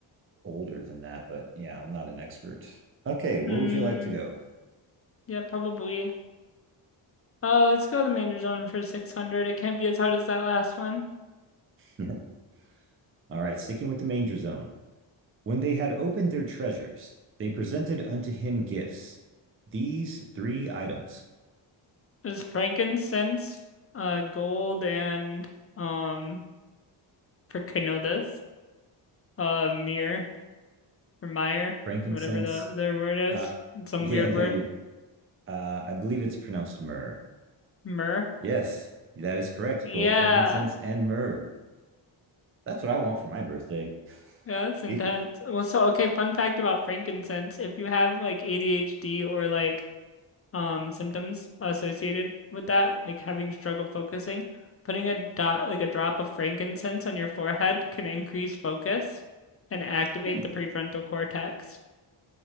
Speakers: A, on the right; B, on the left.
A: older than that, but yeah, I'm not an expert. Okay, where
B: hmm.
A: would you like to go?
B: Yeah, probably. Uh, let's go to Manger Zone for 600. It can't be as hard as that last one.
A: <laughs> All right, sticking with the manger zone. When they had opened their treasures, they presented unto him gifts, these three items
B: It was frankincense, uh, gold, and um, for Kenodas, uh, mir or mire,
A: frankincense.
B: whatever the other word is,
A: Uh, uh,
B: some
A: yeah,
B: weird
A: no,
B: word,
A: you. Uh, I believe it's pronounced myrrh.
B: myrrh.
A: Yes, that is correct.
B: Yeah,
A: Gold, frankincense, and myrrh. That's what I want for my birthday.
B: yeah, that's intense.
A: You-
B: Well, so okay, fun fact about frankincense: if you have like ADHD or like um symptoms associated with that, like having struggle focusing. Putting a dot like a drop of frankincense on your forehead can increase focus and activate
A: hmm,
B: the prefrontal cortex.